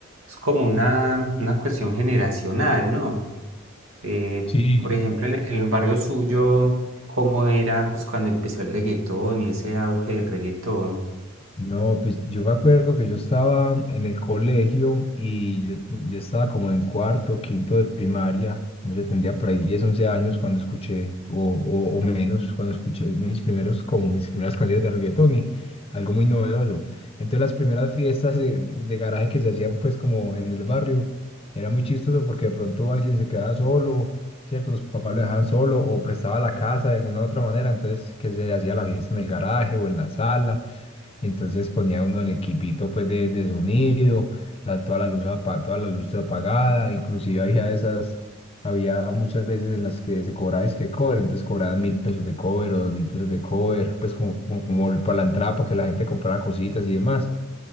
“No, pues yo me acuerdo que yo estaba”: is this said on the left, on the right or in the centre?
Left